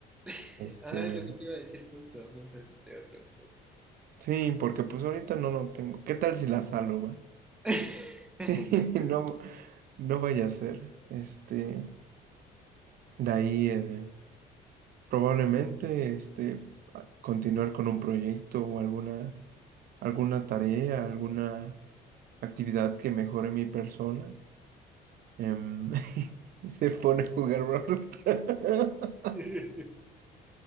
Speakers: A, in the centre; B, on the right (about 60°).
A: <laughs>
B: Este,
A: Ajá, es lo que te iba a decir justo, justo eso te iba a preguntar.
B: sí, porque pues ahorita no lo tengo. ¿Qué tal si la salo, va? <laughs>
A: <laughs>
B: Sí,
A: No creo.
B: no, no vaya a ser. Este, de ahí, eh, probablemente, este, a- continuar con un proyecto o alguna, alguna tarea, alguna actividad que mejore mi persona. Em, <laughs> y se pone a jugar Brawl Stars. <laughs>
A: <laughs>